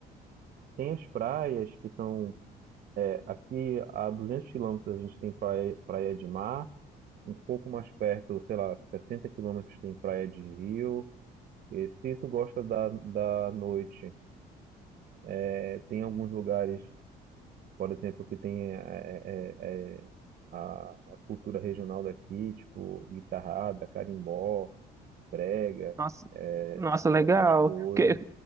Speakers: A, on the right; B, on the right.
A: Tem as praias, que são é, aqui a 200 quilômetros a gente tem praia, praia de mar, um pouco mais perto, sei lá, 60 quilômetros tem praia de rio. E se tu gosta da, da noite, é, tem alguns lugares por exemplo, que tem é, é, é, é, a a cultura regional daqui, tipo guitarrada, carimbó, brega,
B: Nossa,
A: é,
B: nossa, legal.
A: essas coisas.
B: Porque